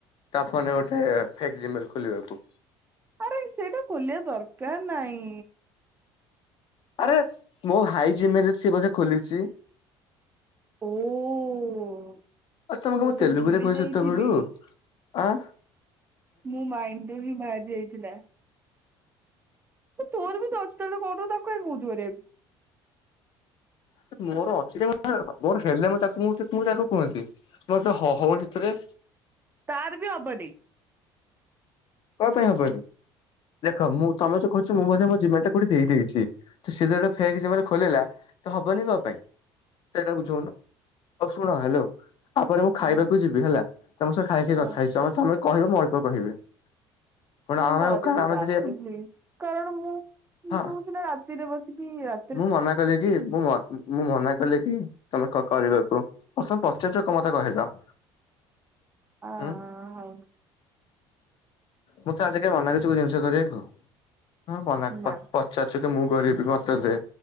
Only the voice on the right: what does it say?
ଆରେ ସେଇଟା ଖୋଲିବା ଦରକାର ନାଇଁ।
ଓ
ତ
ଭୁଲି
ଯାଇଥିଲି
ମୁଁ ମାଇଣ୍ଡୁ ହିଁ ବାହାରି ଯାଇଥିଲା। ଏ ତୋର ବି ତ ଅଛି ତାହେଲେ କଣ ପାଇଁ ତାକୁ କାଇଁ କଉଚୁ କରିବାକୁ।
ତାର ବି ହବନି।
କଣ
ହଁ
ମୁଁ
କରିବି
ତାପରେ
ପ୍ଲି କାରଣ ମୁଁ ମୁଁ
ତୁ ସିନା ରାତିରେ ବସିବି ଆ
ହ
ହଉ।
ନା